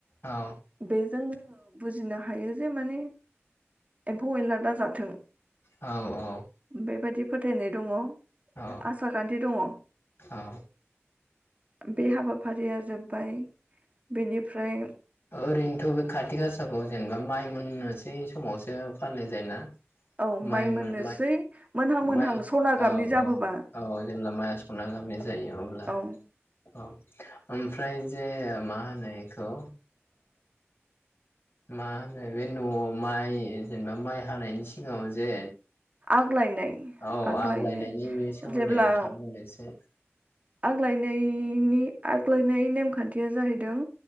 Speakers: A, on the left; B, on the right.
A: औ
B: बेजों बुजिनो हायो जे माने एम्फौ एनला दा जाथों।
A: औ औ
B: बेबायदि फोथायनाय दङ‌।
A: औ
B: आसार खान्थि दङ।
A: औ
B: बे हाबाफारिया जोब्बाय बेनिफ्राय
A: ओरैनोथ' बे कातिक हासाखौ जेनेबा माइ मोननोसै समावसो फालिनाय जायोना?
B: औ
A: माइ
B: मोननोसै
A: माइ
B: मोनहां मोनहां
A: म
B: सना गाबनि
A: औ
B: जाबोबा
A: औ औ जेब्ला माइआ संनांगोन। जायो अब्ला
B: औ
A: औ। ओमफ्राय जे मा होनो एखौ मा होनो बे न'आव माइ जेनेबा माइ हानायनि सिगाङाव जे
B: आग्लायनाय
A: औ
B: आग्लायनाय
A: आग्लायनायनि सोमोन्दै
B: जेब्ला
A: नोंथां बुंदो एसे‌
B: आग्लायनायनि आग्लायनाय नेमखान्थिया जाहैदों